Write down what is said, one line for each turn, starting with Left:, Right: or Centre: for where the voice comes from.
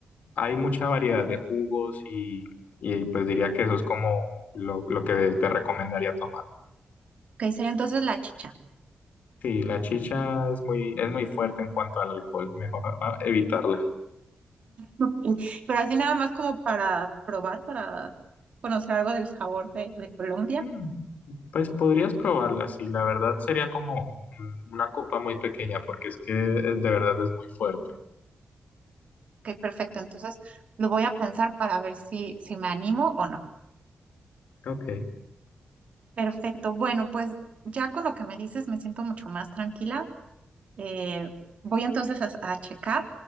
Left: hay mucha variedad de jugos y, y, pues diría que eso es como lo, lo que te recomendaría tomar.
Right: Ok, sería entonces la chicha.
Left: Sí, la chicha es muy, es muy fuerte en cuanto al alcohol, mejor ah, evitarla.
Right: Ok, Pero así nada más como para probar, para conocer algo del sabor de de Colombia.
Left: Mm, Pues podrías probarla, sí, la verdad sería como mm, una copa muy pequeña porque es que eh, de verdad es muy fuerte.
Right: Ok, perfecto. Entonces lo voy a pensar para ver si, si me animo o no.
Left: Ok,
Right: Perfecto. Bueno, pues ya con lo que me dices me siento mucho más tranquila. Eh, voy entonces a, a checar